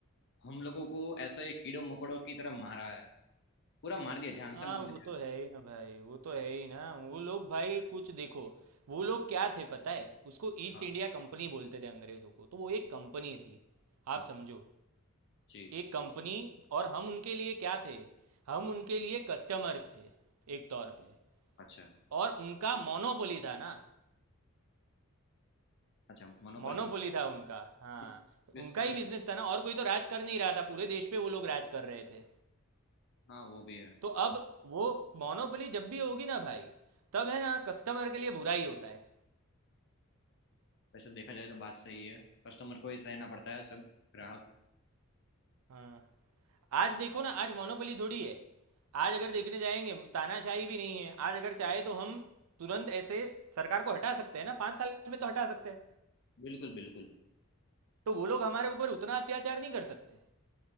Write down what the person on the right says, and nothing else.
हाँ
वो
तो
है ही ना भाई वो तो है ही ना वो लोग भाई कुछ देखो वो लोग क्या थे पता है उसको ईस्ट
इंडिया कंपनी बोलते थे अंग्रेज़ों को तो वो एक कंपनी थी
आप समझो
एक कंपनी और हम उनके लिए क्या थे हम उनके लिए कस्टमर्स थे एक तौर पे
और उनका मोनोपोली था ना
मोनोपोली था उनका हाँ
उनका ही बिजनेस था ना और कोई तो राज कर नहीं रहा था पूरे देश पे वो लोग राज कर रहे थे
तो अब वो मोनोपोली जब भी होगी ना भाई तब है ना कस्टमर के लिए बुरा ही होता है
हाँ आज देखो ना आज मोनोपोली थोड़ी है आज अगर देखने जाएंगे तानाशाही भी नहीं है आज अगर चाहे तो हम तुरंत ऐसे सरकार को हटा सकते हैं ना पाँच साल में तो हटा सकते हैं
तो वो लोग हमारे ऊपर उतना अत्याचार नहीं कर सकते